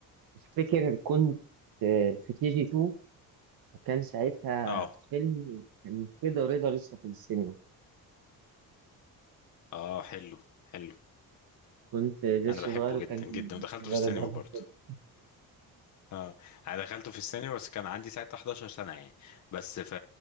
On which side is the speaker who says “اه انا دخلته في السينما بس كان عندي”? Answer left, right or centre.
Left